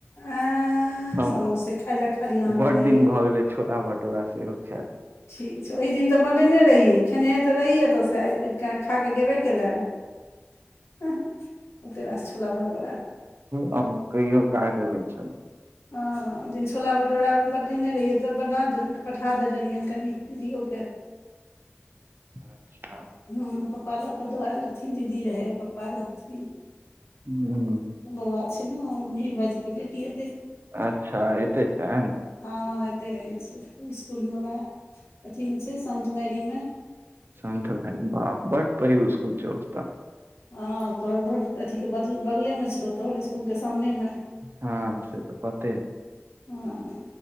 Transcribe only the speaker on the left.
आ
समोसे
खाय लए खाली अहाँके
रहैया
ठीक छै ओहि दिन तऽ बनेने रहियै खेनहे तऽ रहियै एतऽसँ आब क खा कऽ गेबे केलै हु ओतरास छोला भटोरा
हँ जे छोला भटूरा बनेने रहियै तऽ बना पठा देने रहियैनि कनि दीदियोके <inaudible>
हँ पप्पा लके दौआ लहथिन दीदी रहै पप्पा रहथिन
बौआ छै ने भिर भाईजी के बेटिय
हँ एते रहै छै स्कूल मे वएह अथी मे छै समधियारी मे
हँ तोहर घर अथीके बग बगलेमे छौ तोहर स्कूल के सामने मे
हँ <inaudible>